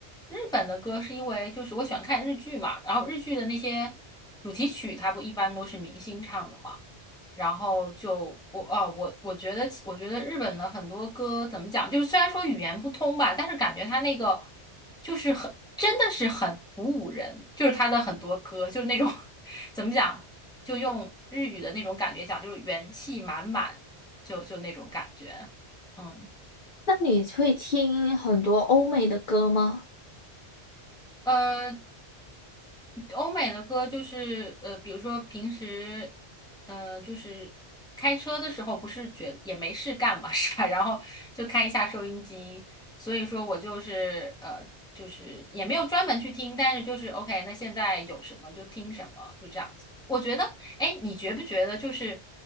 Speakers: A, in the centre; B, on the left.
A: 日本的歌是因为就是我喜欢看日剧嘛，然后日剧的那些主题曲，它不一般都是明星唱的嘛。然后就我啊，我我觉得其我觉得日本的很多歌怎么讲，就是虽然说语言不通吧，但是感觉他那个就是很真的是很鼓舞人，就是他的很多歌就是那种 <laughs> 怎么讲，就用日语的那种感觉讲，就是元气满满，就就那种感觉，嗯。
B: 那你会听很多欧美的歌吗？
A: 呃，欧美的歌就是呃，比如说平时，呃，就是开车的时候，不是觉也没事干嘛，<laughs> 是吧？<laughs> 然后就开一下收音机，所以说我就是呃，就是也没有专门去听，但是就是 OK，那现在有什么就听什么，就这样子。我觉得哎，你觉不觉得就是